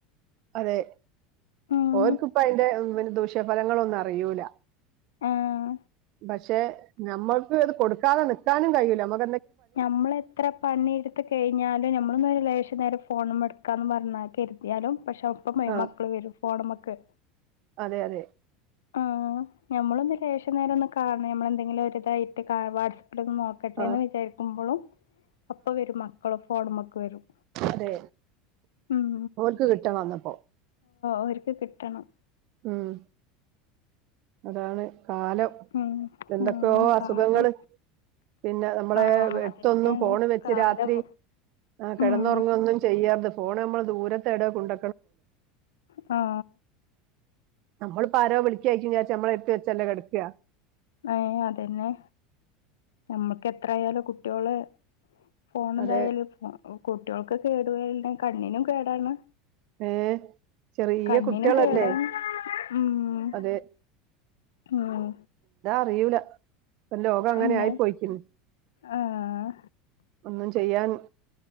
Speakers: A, on the right (about 60°); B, on the left (about 80°).
A: അതെ...
B: ഉം
A: ഓൽക്കി‌പ്പം അയിന്റെ.. പിന്നെ.. ദൂഷ്യഫലങ്ങളൊന്നും അറിയൂല.
B: ആഹ്
A: പക്ഷേ... നമ്മൾക്ക് ഇത് കൊടുക്കാതെ നിക്കാനും കഴിയിൂല.. നമ്മുക്ക്
B: നമ്മളെത്ര പണി എടുത്ത് കഴിഞ്ഞാലും നമ്മളൊന്നും അയിന് ലേശ നേരം ഫോണൊന്നു എടുക്കാന്ന് പറഞ്ഞാ കരുതിയാലും പക്ഷേ... അപ്പ
A: ആ
B: മക്കള് വരും.. ഫോണ്മ്മേക്ക്.
A: അതെ അതെ
B: ങാ... നമ്മളൊന്ന് ലേശം നേരം ഒന്ന് കാണ്കയാ... നമ്മളെന്തെങ്കിലും ഒരിതായിട്ട് ക വാട്സ് അവിടൊന്ന് നോക്കട്ടെന്ന്
A: ആ
B: വിചാരിക്കുമ്പോളും... അപ്പവരും മക്കള് ഫോണ്മ്മേക്ക് വരും.
A: അതേ...
B: ഉം
A: ഓല്ക്ക് കിട്ടണം അന്നപ്പോ.
B: അവര്ക്ക് കിട്ടണം.
A: ഉം... അതാണ്... കാലം..
B: ഉം
A: എന്തൊക്കെയോ
B: ഉം
A: അസുഖങ്ങള്
B: കാലം
A: പിന്നെ.. നമ്മള്..
B: ആഹ്
A: അടുത്തൊന്നും
B: അതന്നേണ്
A: ഫോണ് വെച്ച്
B: കാലം
A: രാത്രി ങാ... കിടന്നുറങ്ങൊന്നും
B: ഉം
A: ചെയ്യരുത്, ഫോണ് നമ്മള് ദൂരത്തേടയാ കൊണ്ട
B: ങാ...
A: നമ്മളിപ്പോ ആരോ വിളിക്കുവായിരിക്കുന്ന് വിചാരിച്ച് നമ്മളടുത്ത് വെച്ചല്ലേ കെടക്ക്കാ..
B: ങേ... അതന്നെ.. നമ്മൾക്ക് എത്രായാലും കുട്ട്യോള് ഫോണെന്തായാലും
A: അതെ
B: കുട്ട്യാൾക്കും കേടു <unintelligible> കണ്ണിനും കേടാണ്..
A: ഏ ചെറിയ
B: കണ്ണിനും
A: കുട്ടികളല്ലേ
B: കേടാണ്... ഉം....
A: അതെ
B: ഉം...
A: കയൂല.. പ്പം ലോകം അങ്ങനെ
B: എന്നാൽ
A: ആയി പോയിക്ക്ണ്.
B: ആഹ്
A: ഒന്നും ചെയ്യാൻ